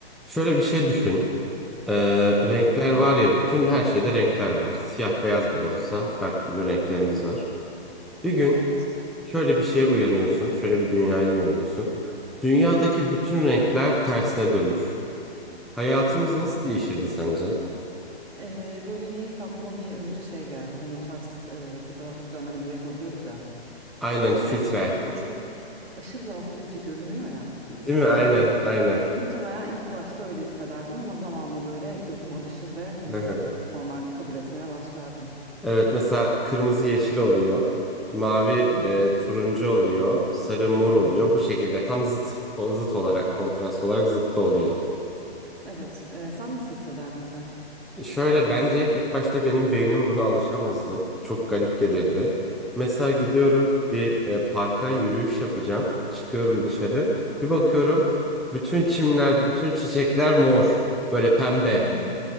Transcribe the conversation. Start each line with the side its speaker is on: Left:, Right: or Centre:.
Centre: Şöyle bir şey düşün. Ee,
Right: Tamam.
Centre: renkler var ya bütün her şeyde renkler var. Siyah beyaz bile olsa her türlü renklerimiz var. Bir gün
Right: Evet.
Centre: şöyle bir şeye uyanıyorsun. Şöyle bir dünyaya uyanıyorsun. Dünyadaki bütün renkler tersine dönmüş. Hayatımız
Right: Hı hı.
Centre: nasıl değişirdi sence?
Right: Ee, böyle niyeyse aklıma bir önce şey geldi. Hani o tarz e, fotoğraf düzenlemeleri yapabiliyoruz ya.
Centre: Aynen
Right: Tam
Centre: filtre.
Right: tersi. Ve çok aşırı rahatsız edici görünüyor ya.
Centre: Değil mi? Aynen, aynen.
Right: Muhtemelen ilk başta öyle hissederdim ama zamanla böyle gözüm alışır ve hani
Centre: Hı hı.
Right: normal kabul etmeye başlardım.
Centre: Evet mesela kırmızı yeşil oluyor. Mavi
Right: Hı hı.
Centre: e, turuncu oluyor. Sarı mor
Right: Hı
Centre: oluyor.
Right: hı.
Centre: Bu şekilde tam zıt. O zıt olarak kontrast olarak zıttı oluyor.
Right: Evet. e, sen nasıl hissederdin sence?
Centre: Şöyle bence ilk başta benim beynim buna alışamazdı. Çok garip gelirdi.
Right: Hı hı.
Centre: Mesela
Right: Hı
Centre: gidiyorum
Right: hı.
Centre: bir e, parka yürüyüş yapacağım. Çıkıyorum dışarı. Bir bakıyorum bütün çimler, bütün çiçekler mor. Böyle pembe.
Right: Hı hı.